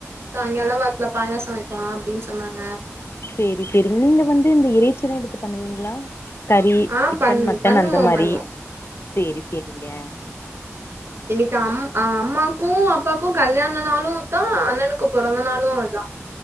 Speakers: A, on the right; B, on the left.
A: சாய்ங்காலாம் வாக்குல பாயாசம் வைக்கலா அப்டின்னு சொன்னாங்க
B: சேரி சேரி நீங்க வந்து இந்த இறைச்சில்லா எடுத்து பண்ணுவீங்களா கறி
A: ஆ
B: சிக்கன்
A: பண்
B: மட்டன்
A: பண்ணுவோம்
B: அந்த மாரி
A: பண்ணுவோம்
B: சேரி சேரிங்க
A: இன்னிக்கி அம் அம்மாக்கு அப்பாக்கு கல்யாணனாளு தா அண்ணனுக்கு பொறந்தநாளு தா